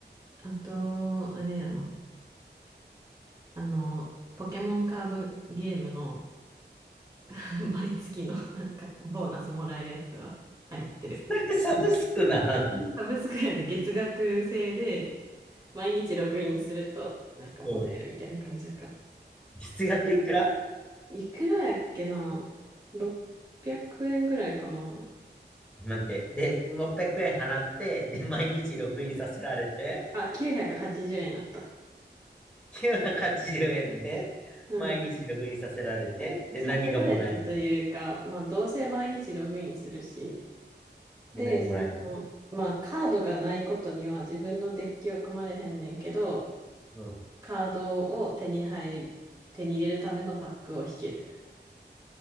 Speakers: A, on the right; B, in the centre.
A: あと、あれやな、あの、ポケモンカードゲームの <laughs> 毎月のなんかボーナスもらえるやつは入ってる。
B: <laughs> サブスクなん
A: サブスクやで月額制で毎日ログインするとなんかもらえるみたいな感じやから。
B: うん月額いくら
A: いくらやっけな ?600 円ぐらいかな
B: 待って。で、600円払って、で、毎日ログインさせられて、
A: あ、980円やった。
B: 980円で、
A: うん。
B: 毎日ログインさせられて、で、
A: させられてというか、
B: 何がもらえるの
A: まあ、どうせ毎日ログインするし。
B: で、
A: で、
B: 何もらえる
A: その、まあ、カードがないことには自分のデッキを組まれへんねんけど、
B: の
A: カードを手に入る、手に入れるためのパックを引ける。